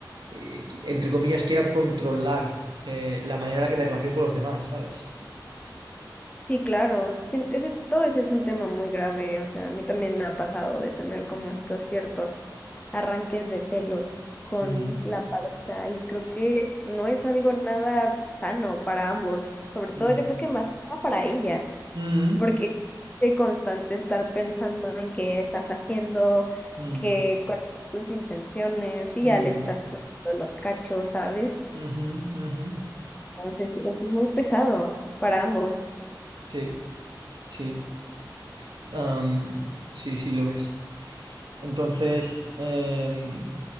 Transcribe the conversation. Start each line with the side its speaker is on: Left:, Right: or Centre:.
Right: eh, qui- entre comillas, quiera controlar eh, la manera en la que me relaciono con los demás, ¿sabes?
Left: Sí, claro, sí, ese, todo eso es un tema muy grave, o sea, a mí también me ha pasado de tener como estos ciertos arranques de celos con
Right: Mm,
Left: la pareja y creo que no es algo nada sano para ambos, sobre todo
Right: mm,
Left: yo creo que más que nada para ella.
Right: mm,
Left: porque es de constante estar pensando en qué estás haciendo,
Right: mm,
Left: qué, cuáles son tus intenciones, y
Right: mm,
Left: ya le estás poniendo los cachos, ¿sabes?
Right: ujú, ujú.
Left: Entonces es muy pesado para ambos.
Right: Sí, sí, am, sí, sí lo es. Entonces, em,